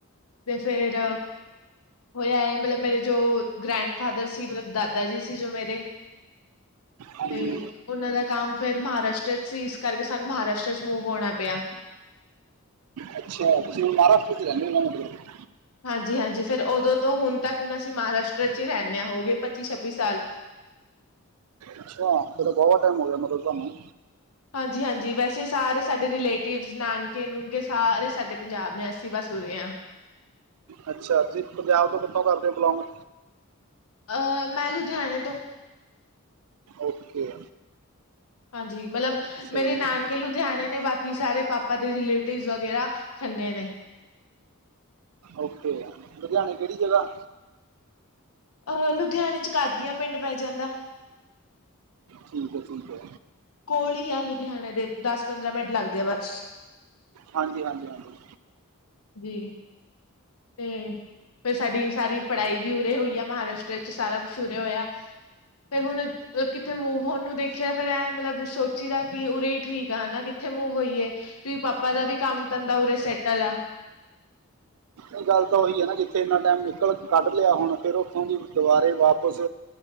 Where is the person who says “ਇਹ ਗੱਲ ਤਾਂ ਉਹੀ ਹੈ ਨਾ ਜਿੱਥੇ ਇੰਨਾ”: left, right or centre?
Right